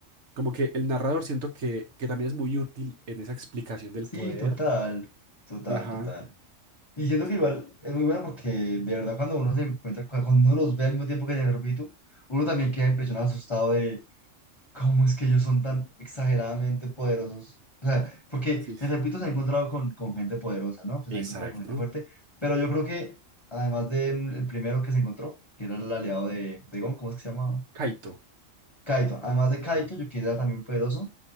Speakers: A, on the right (about 60°); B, on the left (about 25°).
A: Como que el narrador siento que, que también es muy útil en esa explicación del
B: Sí,
A: poder.
B: total, total,
A: Ajá.
B: total. Y siento
A: Eso.
B: que igual es muy bueno porque de verdad cuando uno se encuentra, cu- cuando uno los ve al mismo tiempo que te el repito, uno también queda impresionado, asustado ¿Cómo es que ellos son tan exageradamente poderosos? O sea, porque,
A: Sí.
B: les repito, se ha encontrado con, con gente poderosa, ¿no? Pues
A: Exacto.
B: se ha encontrado con gente fuerte, pero yo creo que, además del primero que se encontró, que era el aliado de, de Gon, ¿cómo es que se llamaba?
A: Kaito.
B: Kaito.
A: No.
B: Además de Kaito,
A: Ah,
B: yo que era también poderoso,